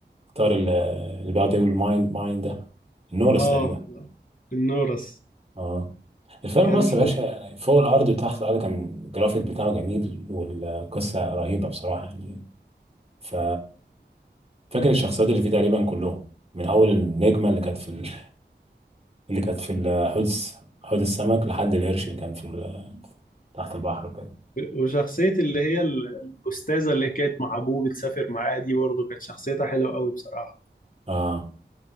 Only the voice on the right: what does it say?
الطائر ال- اللي بيقعد يقول ماين ماين ده النورس
تقريبا
اه الفيلم
بص
يا باشا يعني فوق الارض وتحت الارض كان الجرافيك بتاعه جميل والقصه رهيبه بصراحه يعني ف فاكر الشخصيات اللي فيه تقريبا كلهم من اول النجمه اللي كانت في ال... اللي كانت في ال- حوض الس- حوض السمك لحد القرش اللي كان في ال- تحت البحر وكده
اه